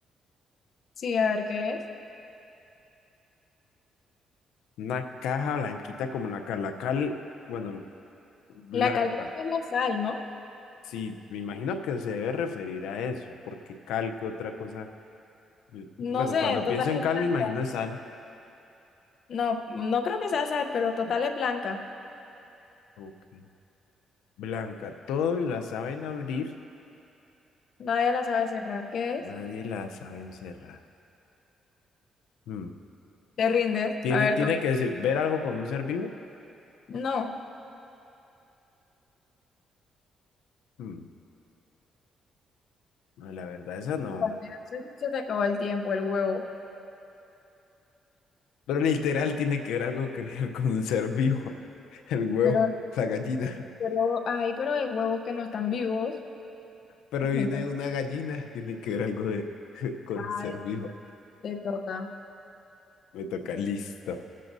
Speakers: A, on the left; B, on the left.
A: Sí, a ver, ¿qué es?
B: Una caja blanquita como la cal. La cal, bueno, blanca.
A: La cal creo que es la sal, ¿no?
B: Sí, me imagino que se debe referir a eso, porque cal, ¿qué otra cosa? Yo- Bueno,
A: No sé,
B: cuando
A: total
B: pienso en cal,
A: es blanca.
B: me imagino sal.
A: No, no creo que sea sal, pero total es blanca.
B: Ok. Blanca, todos la saben abrir,
A: Nadie la sabe cerrar. ¿Qué es?
B: nadie la sabe cerrar. Mm.
A: ¿Te rindes?
B: ¿Tiene,
A: A ver,
B: tiene
A: to-
B: que se- ver algo con un ser vivo?
A: No.
B: Mm. No, la verdad, esa no.
A: Bueno, se, se te acabó el tiempo, el huevo.
B: Pero literal tiene que ver algo que ver con un ser vivo. <laughs> El huevo,
A: Pero,
B: la gallina.
A: pero, ay, pero hay huevos que no están vivos.
B: Pero
A: <laughs>
B: viene
A: Entonces,
B: una gallina, tiene que ver algo de, <laughs> con
A: ay,
B: un ser vivo.
A: te toca.
B: Me toca, listo.